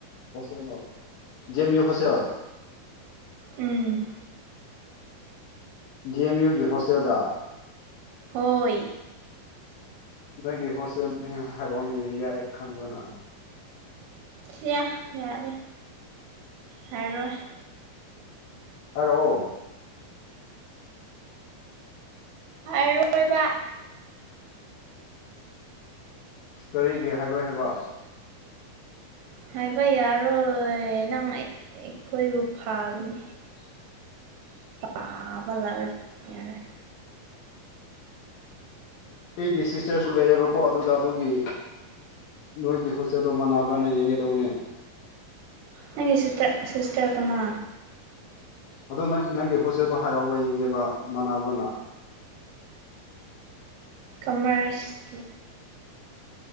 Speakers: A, on the left (about 70°); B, on the right (about 80°).
A: ꯍꯣꯁꯇꯦꯜꯅꯣ ꯗꯤ ꯑꯦꯝ ꯌꯨ ꯍꯣꯁꯇꯦꯜ
B: ꯎꯝ
A: ꯗꯤ ꯑꯦꯝ ꯌꯨꯒꯤ ꯍꯣꯁꯇꯦꯜꯗ
B: ꯍꯣꯏ
A: ꯅꯣꯏꯒꯤ ꯍꯣꯁꯇꯦꯜꯅꯤ ꯍꯥꯏꯔꯛꯑꯣꯅꯦ ꯌꯦꯡ ꯌꯥ ꯑꯩ ꯈꯪꯕ꯭ꯔꯅ
B: ꯁꯤꯌꯥ ꯌꯥꯔꯦ ꯍꯥꯏꯔꯣꯏ
A: ꯍꯜꯂꯣ
B: ꯍꯥꯏꯔꯣꯏꯕ
A: ꯀꯔꯤꯒꯤ ꯍꯥꯏꯔꯣꯏ ꯍꯥꯏꯕ
B: ꯍꯥꯏꯕ ꯌꯥꯔꯣꯏ ꯅꯪ ꯑꯩꯈꯣꯏꯕꯨ ꯐꯥꯒꯅꯤ
A: <unintelligible>
B: ꯄꯕꯜꯂꯥꯔ ꯊꯅꯦꯔꯦ
A: ꯑꯩꯒꯤ ꯁꯤꯁꯇꯔꯁꯨ ꯂꯩꯌꯦꯕꯀꯣ ꯑꯗꯨꯗ ꯑꯗꯨꯒꯤ ꯅꯣꯏꯒꯤ ꯍꯣꯁꯇꯦꯜꯗꯣ ꯃꯅꯥꯅꯕ꯭ꯔꯥꯅ ꯌꯦꯡꯒꯦꯗꯧꯅꯦ
B: ꯅꯪꯒꯤ ꯁꯤꯁꯇꯔ ꯁꯤꯁꯇꯔ ꯀꯅꯥ
A: ꯑꯗꯣ ꯅꯪ ꯅꯪꯒꯤ ꯍꯣꯁꯇꯦꯜꯗꯣ ꯍꯥꯏꯔꯛꯑꯣꯕ ꯌꯦꯡꯒꯦꯕ ꯃꯅꯥꯕ꯭ꯔꯣꯅ
B: ꯀꯃꯔꯁꯀꯤ